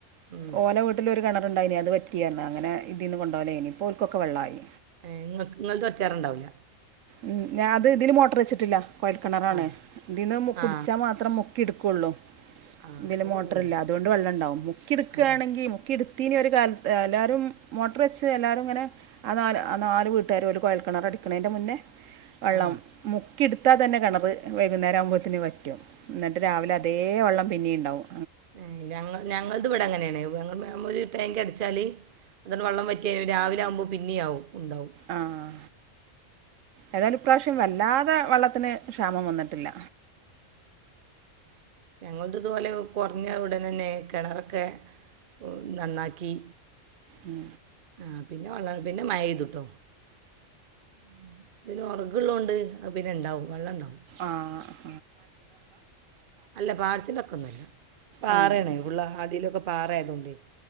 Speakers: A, on the right; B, on the right.
A: ഉം.
B: ഓല വ് ട്ടിലൊരു കെണറ്ണ്ടായിനി, അത് വറ്റിഅർഞ്, അങ്ങനെ ഇതീന്ന് കോണ്ടോവലേനി, പ്പോൽക്കൊക്കെ വെള്ളായി
A: ഏഹ് ങ്ങക് ങ്ങൾത് വറ്റാറുണ്ടാവുല
B: ഉം ഞാത് തില് മോട്ട്രെച്ചിട്ടില്ല, കൊഴൽക്കെണറാണ്.
A: ആ
B: തിന്ന് മുക് കുട്ച്ചാ
A: ആ
B: മാത്രം മുക് ക്കിട്ക്കൊള്ളു,
A: ആ
B: തില്
A: അപ്പോൾ
B: മോട്ടർല്ല,
A: കുറവുണ്ടാവും
B: അതോ ണ്ട് വെള്ളണ്ടാവും മുക്കിട്ക്കാണെങ്കി
A: ആ
B: മുക്കിട് ത്തീനി ഒരു കാൽത്, എല്ലാരും മോട്ടർവെച്ച് എല്ലാരുങ്ങനെ ആ നാല് ആ നാല് വീട്ട്കാരും ഓല് കൊഴൽക്കെണറടിക്ക്ണേന്റെ മുന്നെ വെള്ളം
A: ആ
B: മുക്കിട്ത്താതന്നെ കെണറ് വൈകുന്നേരാവുമ്പോത്തിന് വറ്റും ന്നട്ട് രാവിലെ അതേ വള്ളം പിന്നീണ്ടാവും
A: ഏഹ് ഞങ്ങ ഞങ്ങൾത് വടങ്ങനേണ്, ഞങ്ങ ഞമ്മ ഒരു ടാങ്കട്ച്ചാല് അതണ്ട് വള്ളം വറ്റിയാൽ രാവിലാവുമ്പ പിന്നി ആവും, ഉണ്ടാവും
B: ആഹ് ഏതായാലും ഇപ്രാവശ്യം വല്ലാതെ വെള്ളത്തിന് ക്ഷാമം വന്നിട്ടില്ല
A: ഞങ്ങൾത്പോലെ കൊർഞ്ഞ ഉടനെന്നെ കെണറൊക്കെ ഉ ന്നന്നാക്കി
B: ഉം
A: ആഹ് പിന്നെ വെള്ള പിന്നെ മഴയ്തുട്ടോ ഇത് പിന്നെ ഒറക്ള്ളോണ്ട് അഹ് പിന്നെണ്ടാവും വള്ളണ്ടാവും
B: ആഹ്
A: അല്ല പാടത്തിന്റക്കൊന്നു അല്ല. പാറേണഹ്
B: ആഹ്
A: ഫുള്ള അടീലൊക്കൊ പാറായായതോണ്ടെ